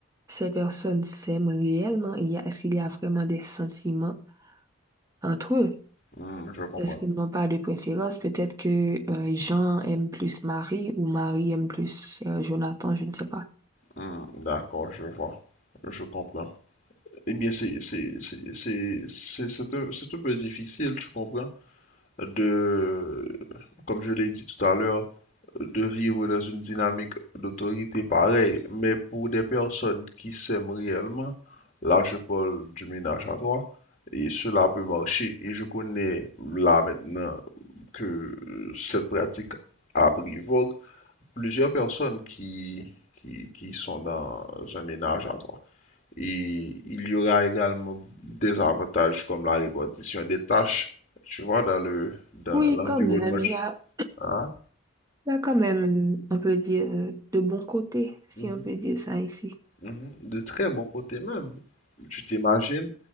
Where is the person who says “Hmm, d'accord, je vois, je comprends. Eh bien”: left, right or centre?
Left